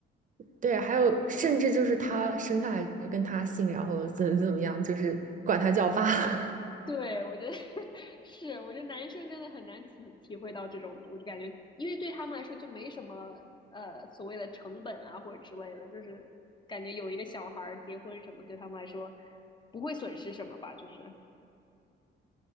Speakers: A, on the right; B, on the left.
A: 对，还有甚至就是他生下来就跟他姓，然后怎么怎么样，就是管他叫爸。<laughs>
B: 对，我觉得 <laughs> 是，我觉得男生真的很难体体会到这种，我就感觉，因为对他们来说就没什么呃所谓的成本啊或者之类的，就是感觉有一个小孩儿结婚什么，对他们来说不会损失什么吧，就是。